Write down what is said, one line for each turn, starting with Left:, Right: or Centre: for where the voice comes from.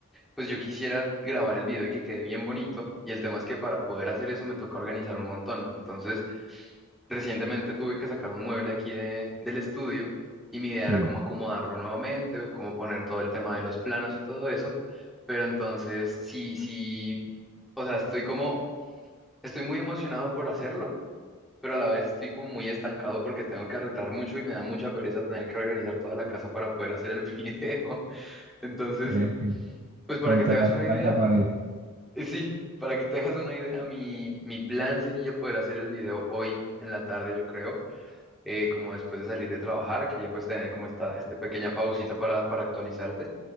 Centre: pues yo quisiera grabar el video y que quede bien bonito, y el tema es que para poder hacer eso me toca organizar un montón. Entonces, recientemente tuve que sacar un mueble aquí de- del estudio y mi idea
Right: Sí,
Centre: era como acomodarlo nuevamente, como poner todo el tema de los planos y todo eso, pero entonces sí, sí, o sea, estoy como, estoy muy emocionado por hacerlo pero a la vez estoy como muy estancado porque tengo que arreglar mucho y me da mucha pereza tener que organizar toda la casa para poder hacer el <laughs> video. Entonces,
Right: creo que
Centre: pues para
Right: contra
Centre: que te hagas
Right: la espalda
Centre: una idea,
Right: y la pared.
Centre: eh, sí, para que te hagas una idea, mi, mi plan sería poder hacer el video hoy en la tarde, yo creo, eh, como después de salir de trabajar, quería pues tener como esta, esta pequeña pausita para, para actualizarte.